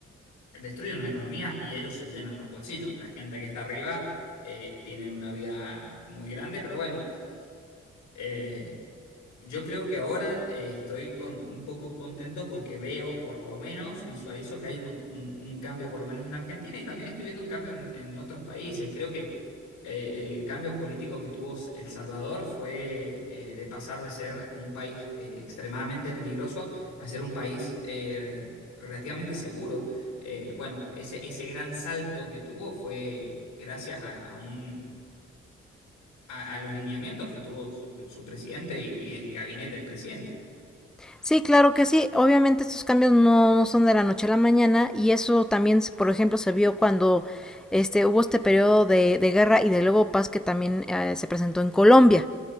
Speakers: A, on the left (about 85°); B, in the centre.
A: destruyen una economía y ellos se llenan los bolsillos. La gente que está arriba eh, tienen una vida muy grande, pero bueno, eh, yo creo que ahora eh, estoy con, un poco contento porque veo, por lo menos, visualizo que hay unos- un, un cambio, por lo menos en Argentina, y también estoy viendo un cambio en, en otros países. Creo que eh, el cambio político que tuvo El Salvador fue eh, de pasar de ser un país eh, extremadamente peligroso a ser un país eh, relativamente seguro. Eh, bueno, ese, ese gran salto que tuvo fue gracias a, a un, a, a los lineamientos que tuvo su, su presidente y el gabinete del presidente.
B: Sí, claro que sí. Obviamente estos cambios no, no son de la noche a la mañana y eso también, por ejemplo, se vio cuando este, hubo este periodo de, de guerra y de luego paz que también eh, se presentó en Colombia.